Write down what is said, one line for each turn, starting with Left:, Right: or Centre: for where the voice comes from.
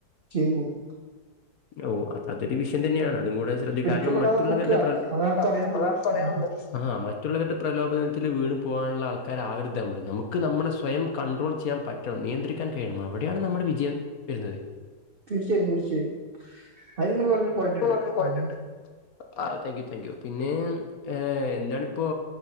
Right: ചെയ്ത് പോവും
Left: ഓഹ് അത് അതൊരു വിഷയം തന്നെയാണ് അതും കൂടെ ശ്രദ്ധി
Right: പിടിക്കപ്പെടാതെ
Left: കാരണം മറ്റുള്ളവരുടെ
Right: നോക്കുക
Left: പ്ര
Right: അതാണ് പറയാനുള്ളത്
Left: അതാണ് പറയാനുള്ളത്
Right: ഉം
Left: ആഹ് മറ്റുള്ളവരുടെ പ്രലോഭനത്തില് വീണും പോവാനുള്ള ആൾക്കാർ ആവരുത് നമ്മള് നമുക്ക് നമ്മളെ സ്വയം കണ്ട്രോൾ ചെയ്യാൻ പറ്റണം നിയന്ത്രിക്കാൻ കഴിയണം അവിടെയാണ് നമ്മുടെ വിജയം വരുന്നത്
Right: തീർച്ചയായും തീർച്ചയായും അത് നിങ്ങള് പറ്ഞ്ഞെ പോയിന്റ്ണ്ട്
Left: നിങ്ങള് പറഞ്ഞ പോയിന്റ്
Right: ഉം
Left: ഉണ്ട് ആഹ് താങ്ക്യു താങ്ക്യു പിന്നേം ഏഹ് എന്താണ് ഇപ്പൊ